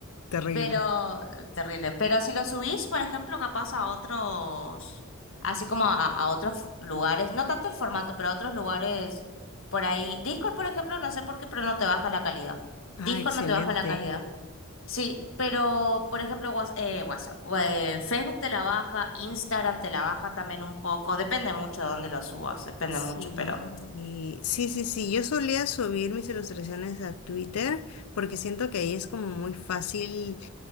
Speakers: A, on the left (about 80°); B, on the left (about 60°).
A: Terrible.
B: Pero, terrible. Pero si lo subís, por ejemplo, capaz a otros, así como a, a otros lugares, no tanto el formato, pero a otros lugares por ahí. Discord, por ejemplo, no sé por qué, pero no te baja la calidad.
A: Ah,
B: Discord
A: excelente.
B: no te baja la calidad. Sí, pero, por ejemplo, Whats- eh, WhatsApp, eh, Facebook te la baja, Instagram te la baja también un poco. Depende mucho de dónde lo subas, depende
A: Sí,
B: mucho, pero.
A: sí, sí, sí. Yo solía subir mis ilustraciones a Twitter porque siento que ahí es como muy fácil.